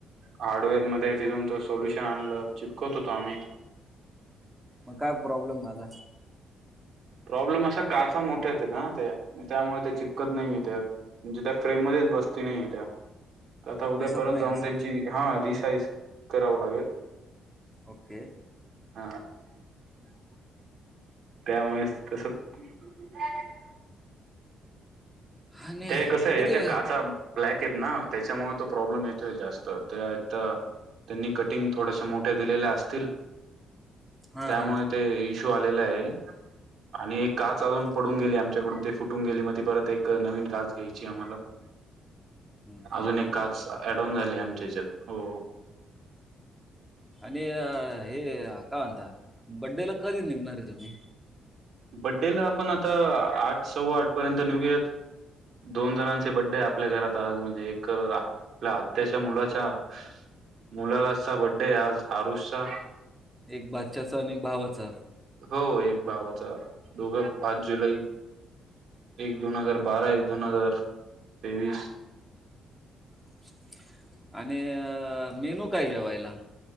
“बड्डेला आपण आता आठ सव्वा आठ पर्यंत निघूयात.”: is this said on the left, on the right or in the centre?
Right